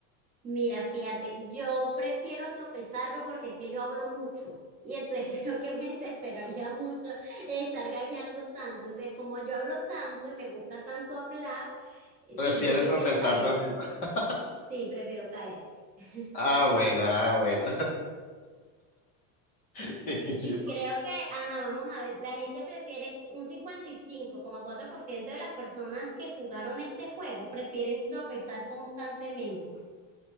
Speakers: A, on the right; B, on the left.
A: Mira, fíjate, yo prefiero tropezarme porque es que yo hablo mucho y entonces <laughs> creo que me desesperaría mucho estar gagueando tanto. Entonces, como yo hablo tanto y me gusta tanto hablar, eh,
B: Prefiero
A: sí, yo prefiero
B: tropezar
A: caerme.
B: todo el tiempo. <laughs>
A: Sí, prefiero caer. <laughs>
B: Ah, bueno, ah, bueno. <laughs>
A: Sí,
B: Yo-
A: y creo que, ajá, vamos a ver, la gente prefiere un cincuenta y cinco coma cuatro por ciento de las personas que jugaron este juego prefieren tropezar constantemente.